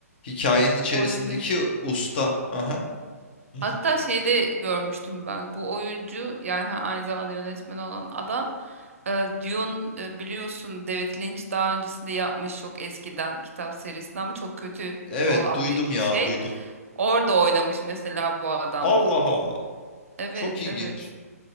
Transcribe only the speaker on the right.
oyuncu
Hatta
şeyde görmüştüm ben bu oyuncu yani ha- aynı zamanda yönetmen olan adam e, Dune e, biliyorsun David Lynch daha öncesinde yapmış çok eskiden kitap serisinden ama çok kötü
olan
bir
şey.
Orada oynamış mesela bu adam
da.
Evet
evet.